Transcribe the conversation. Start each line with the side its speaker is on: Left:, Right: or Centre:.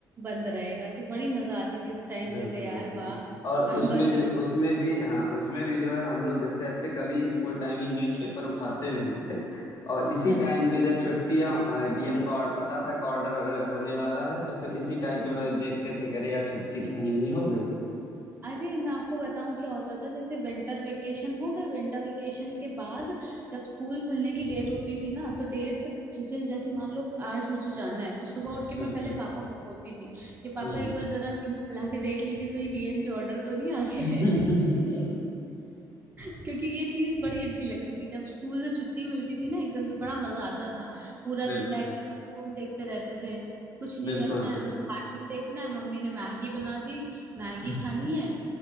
Right: बंद रहेगा तो बड़ी मजा आती थी उस टाइम
Left: बिल्कुल
Right: पे तो यार
Left: बिल्कुल
Right: वाह <laughs>
Left: और
Right: और
Left: उसमें
Right: बंद
Left: जो
Right: रहेगा
Left: उसमें भी हाँ उसमें भी जो है हम लोग जैसे ऐसे कभी स्कूल टाइम में न्यूज़पेपर उठाते नहीं थे और इसी
Right: अच्छा,
Left: टाइम
Right: अच्छा।
Left: पे जब छुट्टियां डीएम का और पता था का ऑर्डर होने वाला है तो फिर इसी टाइम पे वो देखते थे कि अरे यार छुट्टी तो कहीं नहीं हो गई
Right: अरे मैं आपको बताऊं क्या होता था जैसे विंटर वेकेशन हो गए विंटर वेकेशन के बाद जब स्कूल खुलने की डेट होती थी ना तो डेट से जिस दिन जैसे मान लो आज मुझे जाना है तो सुबह उठ के
Left: बिल्कुल
Right: मैं पहले पापा को बोलती थी कि पापा
Left: हम्म
Right: एक बार जरा न्यूज चला के देख लीजिए कहीं डीएम के ऑर्डर तो नहीं आ
Left: <laughs>
Right: गए क्योंकि ये चीज बड़ी अच्छी लगती थी जब स्कूल से छुट्टी मिलती थी ना एकदम से बड़ा मजा आता था पूरा
Left: बिल्कुल
Right: दिन बैठ के कार्टून देखते रहते थे कुछ नहीं
Left: बिल्कुल
Right: करना
Left: बिल्कुल
Right: है बस कार्टून देखना है मम्मी ने मैगी बना दी मैगी
Left: <laughs>
Right: खानी है